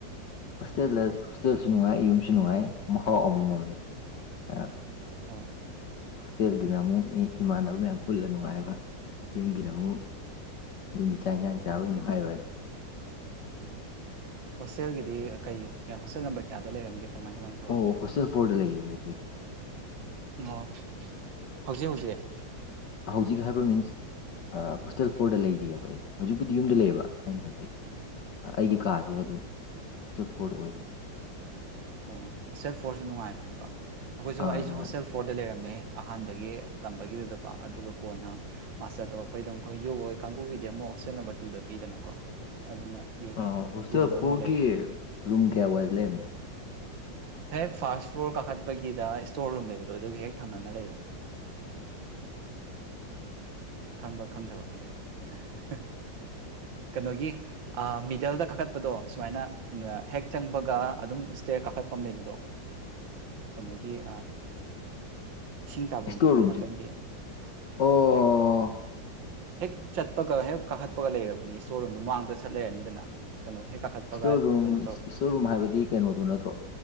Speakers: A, on the left; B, on the right.
A: ꯍꯣꯁꯇꯦꯜ ꯂꯩꯔꯁꯨꯍꯣꯁꯇꯦꯜꯁꯨ ꯅꯨꯡꯉꯥꯏ ꯌꯨꯝꯁꯨ ꯅꯨꯡꯉꯥꯏ ꯃꯍꯥꯎ ꯑꯃꯃꯝꯅꯦ ꯑ ꯍꫭꯏ
B: ꯑꯣ
A: ꯍꯣꯁꯇꯦꯜꯒꯤꯅ ꯑꯃꯨꯛ ꯏꯃꯥꯟꯅꯕ ꯃꯌꯥꯝ ꯄꯨꯜꯂ ꯅꯨꯡꯉꯥꯏꯕ ꯌꯨꯝꯒꯤꯅ ꯑꯃꯨꯛ ꯌꯨꯝꯒꯤ ꯆꯥꯥꯛ ꯏꯟꯖꯥꯡ ꯆꯥꯕꯒꯤ ꯅꯨꯡꯉꯥꯏꯕꯗꯤ
B: ꯎꯝ ꯍꯣꯁꯇꯦꯜꯒꯤꯗꯤ ꯀꯩ ꯃꯤꯌꯥꯝ ꯍꯣꯁꯇꯦꯜ ꯅꯝꯕꯔ ꯀꯌꯥꯗ ꯂꯩꯔꯝꯒꯦ ꯀꯃꯥꯏ ꯀꯃꯥꯏꯅ ꯇꯧꯔꯝꯒꯦ
A: ꯑꯣ ꯍꯣꯁꯇꯦꯜ ꯐꯣꯔꯗ ꯂꯩꯌꯦ ꯑꯗꯨꯗꯤ
B: ꯑꯣ ꯍꯧꯖꯤꯛ ꯍꯧꯖꯤꯛ
A: ꯍꯧꯖꯤꯛ ꯍꯥꯏꯕ ꯃꯤꯟꯁ ꯑ ꯍꯣꯁꯇꯦꯜ ꯐꯣꯔꯗ ꯂꯩꯔꯤꯌꯦꯕ ꯑꯩ ꯍꯧꯖꯤꯛꯄꯨꯗꯤ ꯌꯨꯝꯗ ꯂꯩꯌꯦꯕ ꯑꯩꯅ ꯍꯥꯏꯕꯗꯤ
B: ꯎꯝ
A: ꯑꯩꯒꯤ ꯀꯥꯗꯤ ꯑꯗꯨꯝ ꯍꯣꯁꯇꯦꯜ ꯐꯣꯔꯗ ꯑꯣꯏꯔꯤꯕ
B: ꯑꯣ ꯍꯣꯁꯇꯦꯜ ꯐꯣꯔꯁꯨ ꯅꯨꯡꯉꯥꯏꯕꯅꯦꯀꯣ ꯑꯈꯣꯏꯁꯨ
A: ꯑꯥ
B: ꯑꯩꯁꯨ
A: ꯅꯨꯡꯉꯥꯏ
B: ꯍꯣꯁꯇꯦꯜ ꯐꯣꯔꯗ ꯂꯩꯔꯝꯃꯦ ꯑꯍꯥꯟꯕꯒꯤ ꯇꯝꯕꯒꯤꯗꯨꯗꯀꯣ ꯑꯗꯨꯒ ꯀꯣꯟꯅ ꯃꯥꯁꯇꯔ ꯇꯧꯔꯛꯄꯩꯗ ꯑꯃꯨꯛ ꯃꯈꯣꯏ ꯌꯨ‌ ꯍꫭꯏ ꯀꯥꯡꯒꯨꯒꯤꯗꯤ ꯑꯃꯨꯛ ꯍꯣꯁꯇꯦꯜ ꯅꯝꯕꯔ ꯇꯨꯗ ꯄꯤꯗꯅꯀꯣ ꯑꯗꯨꯅ ꯌꯨ
A: ꯑ ꯍꯣꯁꯇꯦꯜ
B: ꯇꯨꯗꯃꯨꯛ
A: ꯐꯣꯔꯒꯤ
B: ꯂꯩꯔꯦ
A: ꯔꯨꯝ
B: ꯎꯝ
A: ꯀꯌꯥ ꯋꯥꯏꯗ ꯂꯩꯔꯝꯃꯤꯅꯣ
B: ꯍꯦꯛ ꯐꯥꯁ ꯐ꯭ꯂꯣꯔ ꯀꯥꯈꯠꯄꯒꯤꯗ ꯏꯁꯇꯣꯔ ꯔꯨꯝ ꯂꯩꯕꯗꯣ ꯑꯗꯨꯒꯤ ꯍꯦꯛ ꯊꯪꯅꯅ ꯂꯩꯌꯦꯕ
A: ꯎꯝ
B: ꯈꯪꯕ꯭ꯔ ꯈꯪꯗꯕ꯭ꯔꯥ ꯈꯪꯗꯦꯗ ꯍꯥ ꯍꯥ ꯍꯥ ꯀꯩꯅꯣꯒꯤ ꯑ ꯃꯤꯗꯜꯗ ꯀꯥꯈꯠꯄꯗꯣ ꯁꯨꯃꯥꯏꯅ ꯑ ꯍꯦꯛ ꯆꯪꯕꯒ ꯑꯗꯨꯝ ꯏꯁꯇꯦꯔ ꯀꯥꯈꯠꯄꯝ ꯂꯩꯕꯗꯣ ꯀꯩꯅꯣꯒꯤ ꯑ ꯏꯁꯤꯡ ꯇꯥꯕꯝꯗꯨꯒꯤ
A: ꯏꯁꯇꯣꯔ ꯔꯨꯝꯁꯤ
B: ꯅꯥꯀꯟꯒꯤ ꯑ
A: ꯑꯣ
B: ꯍꯦꯛ ꯍꯦꯛ ꯆꯠꯄꯒ ꯍꯦꯛ ꯀꯥꯈꯠꯄꯒ ꯂꯩꯔꯕꯅꯤ ꯏꯁꯇꯣꯔ ꯔꯨꯝꯗꯣ ꯃꯥꯡꯗ ꯁꯠ ꯂꯩꯔꯅꯤꯗꯅ ꯀꯩꯅꯣ ꯍꯦꯛ ꯀꯥꯈꯠꯄꯒ
A: ꯏꯁꯇꯣꯔ ꯔꯨꯝ
B: ꯀꯩꯅꯣ ꯇꯧꯔꯣ
A: ꯏꯁꯇꯣꯔ ꯔꯨꯝ ꯍꯥꯏꯕꯗꯤ ꯀꯩꯅꯣꯗꯨ ꯅꯠꯇ꯭ꯔꯣ